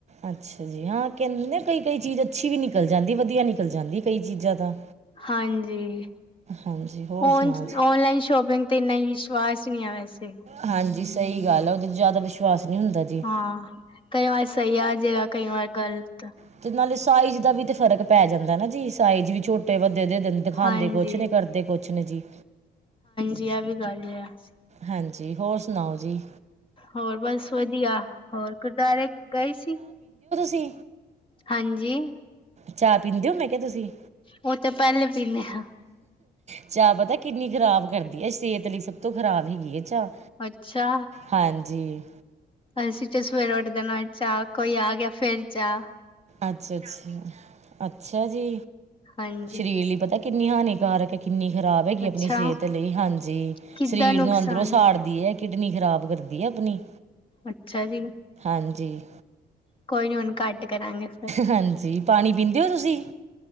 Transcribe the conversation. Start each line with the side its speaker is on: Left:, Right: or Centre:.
Right: ਅੱਛਾ ਜੀ, ਹਾਂ ਕਹਿੰਦੇ ਕਈ-ਕਈ ਚੀਜ਼ ਅੱਛੀ ਵੀ ਨਿਕਲ ਜਾਂਦੀ ਵਧੀਆ ਨਿਕਲ ਜਾਂਦੀ ਕਈ ਚੀਜ਼ਾਂ ਤਾਂ।
Left: ਹਾਂਜੀ,
Right: ਹਾਂਜੀ ਹੋਰ
Left: ਹੋਨਸ
Right: ਸੁਣਾਓ ਜੀ
Left: ਓਨਲਾਈਨ ਸ਼ੋਪਿੰਗ ਤੇ ਇੰਨਾ ਵਿਸ਼ ਵਾਸ ਨਹੀਂ ਆ ਵੈਸੇ।
Right: ਹਾਂਜੀ ਸਹੀ ਗੱਲ ਆ ਉਹਦੇ ਚ ਜ਼ਿਆਦਾ ਵਿਸ਼ਵਾਸ। ਨਹੀਂ ਹੁੰਦਾ ਜੀ
Left: ਹਾਂ ਕਈ ਵਾਰ ਸਹੀ ਆ ਜਾਏਗਾ ਕਈ ਵਾਰ ਗ਼ਲਤ।
Right: ਅਤੇ ਨਾਲੇ ਸਾਈਜ਼ ਦਾ ਵੀ ਤੇ ਫ਼ਰਕ ਪੈ ਜਾਂਦਾ ਨਾ ਜੀ ਸਾਈਜ਼ ਵੀ ਛੋਟੇ ਵ। ਦੇ ਦੇਣ ਦਿਖਾਉਦੇ
Left: ਹਾਂਜੀ
Right: ਕੁੱਛ ਨੇ ਕਰਦੇ ਕੁੱਛ ਨ ਜੀ।
Left: ਜੀ ਐ ਵੀ ਗੱਲ ਹੈ ਜੀ।
Right: ਹਾਂਜੀ, ਹੋਰ ਸੁਣਾਓ ਜੀ।
Left: ਹੋਰ ਬਸ ਵਧੀਆ, ਹੋਰ ਗੁਰਦੁਆਰੇ ਗਏ ਸੀ।
Right: ਸੀ।
Left: ਹਾਂਜੀ।
Right: ਚਾਹ ਪੀਂਦੇ ਹੋ ਮੈਂ ਕਿ। ਹਾ ਤੁਸੀਂ,
Left: ਉਹ ਤਾਂ ਪਹਿਲੇ ਪੀਂਦੇ ਹਾਂ
Right: ਚਾਹ ਪਤਾ ਕਿੰਨੀ ਖਰਾਬ। ਕਰਦੀ ਹੈ ਸਿਹਤ ਲਈ ਸਭ ਤੋਂ ਖਰਾਬ ਹੈਗੀ ਹੈ ਚਾਹ।
Left: ਅੱਛਾ
Right: ਹਾਂਜੀ,
Left: ਅਸੀਂ ਤੇ ਸਵੇਰੇ ਉੱਠ ਦੇਣਾ ਚਾ। ਕੋਈ ਆ ਗਿਆ ਫਿਰ ਚਾ।
Right: ਅੱਛਾ-ਅੱਛਾ ਅੱ। ਅੱਛਾ ਜੀ,
Left: ਹਾਂਜੀ
Right: ਸਰੀਰ ਲਈ ਪਤਾ ਕਿੰਨੀ ਹਾਨੀਕਾਰਕ ਹੈਗੀ। ਕਿੰਨੀ ਖ਼ਰਾਬ ਹੈਗੀ
Left: ਅੱਛਾ
Right: ਆਪਣੀ ਸਿਹਤ ਲਈ, ਹਾਂਜੀ
Left: ਕਿੱਦਾਂ
Right: ਸਰੀਰ
Left: ਨੁਕਸਾਨ
Right: ਨੂੰ ਅੰਦਰੋਂ ਸਾੜਦੀ ਹੈ। ਕਿਡਨੀ ਖ਼ਰਾਬ ਕਰਦੀ ਹੈ ਆਪਣੀ।
Left: ਅੱਛਾ ਜੀ।
Right: ਹਾਂਜੀ।
Left: ਕੋਈ ਨੀ ਹੁਣ ਘੱਟ। ਕਰਾਂਗੇ ਫਿਰ
Right: ਹਾਂਜੀ ਪਾਣੀ ਪੀਂਦੇ ਹੋ ਤੁਸੀਂ।